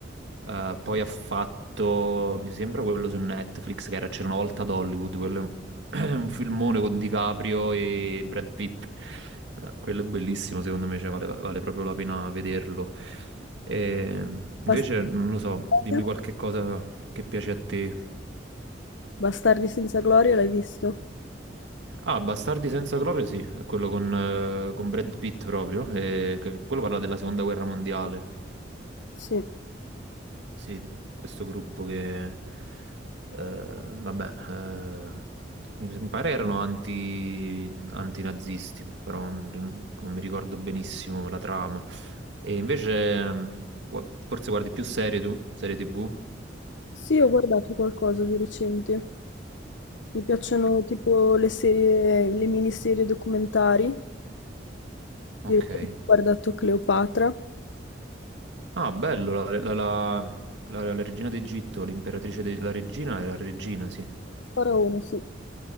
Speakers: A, on the right (about 70°); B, on the left (about 80°).
A: Eh, poi ha fatto, mi sembra quello su Netflix che era C'era una volta ad Hollywood, quello è un <clears throat> un filmone con DiCaprio e Brad Pitt, Eh, quello è bellissimo secondo me, cioè, vale, vale proprio la pena vederlo. E, invece,
B: Bastardi
A: non
B: senza
A: lo so, dimmi
B: gloria.
A: qualche cosa che piace a te.
B: Bastardi senza gloria, l'hai visto?
A: Ah, Bastardi senza gloria, sì, è quello con, eh, con Brad Pitt proprio, e che- quello parla della seconda guerra mondiale.
B: Sì.
A: Sì, questo gruppo che, eh, vabbè, eh, mi sem- pare erano anti, antinazisti, però non, non mi ricordo benissimo la trama. E invece, mm, gua- forse guardi più serie tu? Serie TV?
B: Sì, ho guardato qualcosa di recente. Mi piacciono tipo le serie, le miniserie documentari.
A: Ok.
B: Di recente ho guardato Cleopatra.
A: Ah, bello, la, la- la- la- la regina d'Egitto, l'imperatrice della regina era regina, sì,
B: Faraone, sì.